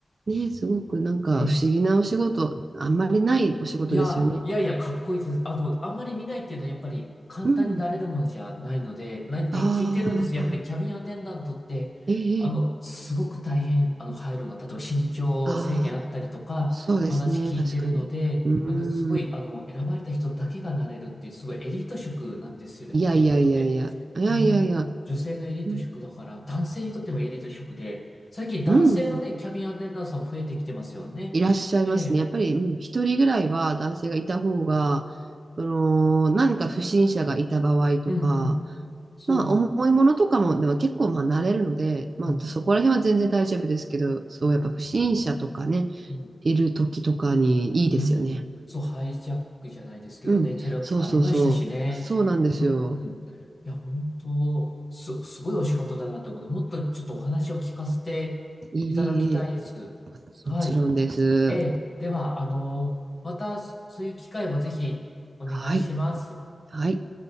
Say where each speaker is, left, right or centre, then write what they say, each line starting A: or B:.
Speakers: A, on the right; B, on the left.
A: ね、すごくなんか不思議なお仕事、
B: ええ。
A: あんまりないお仕事ですよね。
B: いや、いやいや、かっこいいです。あの、あんまり見ないっていうのはやっぱり簡単になれるものじゃないので、
A: うん。
B: ないって聞いてるんですよ。
A: ああ、
B: やっぱりキャビンアテンダントって、
A: えええ
B: あの、すごく大変、あの、入るのが、例えば身長制限あったりとか、
A: ああ、そうですね、
B: 話聞いてるので、
A: 確かに。う
B: なのですごい、
A: ん。
B: あの、選ばれた人だけがなれるっていう、すごいエリート職なんですよね、
A: いやいやいやいや、
B: 僕にとって。
A: いやいやいや、
B: 本当に、女性のエリート職だから、
A: うん
B: 男性にとってもエリート職で、最近男性のね、
A: うんうん、
B: キャビンアテンダントさん増えてきてますよね。
A: いらっしゃいますね。
B: ええ。
A: やっぱり、うん、一人ぐらいは男性がいた方が、その、何か不審者がいた場合とか、
B: うんうん。そうそ
A: まあ、重いものとかも、でも結構、まあ、慣れるので、まあ、
B: う。うん。
A: そこら辺は全然大丈夫ですけど、そう、やっぱ不審者とかね、
B: うん。
A: いる時とかにいいですよね。
B: うんうん。そう、ハイジャックじゃないですけどね、
A: うん、
B: テロとかありましたしね。
A: そうそうそう、そうなんですよ。
B: うんうん。いや、本当、す、すごいお仕事だなって思って、もっとちょっとお話を聞かせていただきたいです。
A: いい、いいいい
B: はい。
A: もちろんです。
B: ええ。では、あの、また、そそういう機会をぜひお願いします。
A: はい、はい。